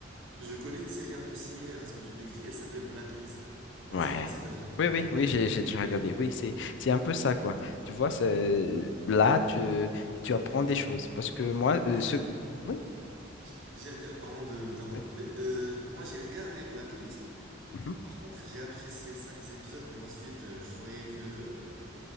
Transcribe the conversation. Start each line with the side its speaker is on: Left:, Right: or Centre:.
Right: je connais une série un peu similaire à ce que tu décris. Elle s'appelle Blacklist. Je
Left: ouais.
Right: ne sais pas si tu as déjà regardé.
Left: Oui, oui, oui, j'ai j'ai déjà regardé. Oui, c'est c'est un peu ça, quoi. Tu vois, c'est- là, tu, tu apprends des choses. Parce que moi, euh,
Right: En fait,
Left: ce. Oui,
Right: j'ai j'ai rega- pardon de, de t'avoir
Left: oui.
Right: coupé. Euh, moi, j'ai regardé Blacklist.
Left: mhm.
Right: Par contre, j'ai apprécié cinq épisodes, mais ensuite, euh, je voyais que euh,